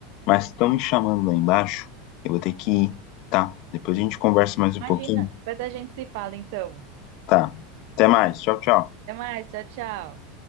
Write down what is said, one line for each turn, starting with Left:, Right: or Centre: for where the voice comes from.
Left: mas estão me chamando lá embaixo. Eu vou ter que ir, tá? Depois a gente conversa mais um
Right: Imagina.
Left: pouquinho.
Right: Depois a gente se fala, então.
Left: Tá. Até mais. Tchau, tchau.
Right: Até mais. Tchau, tchau.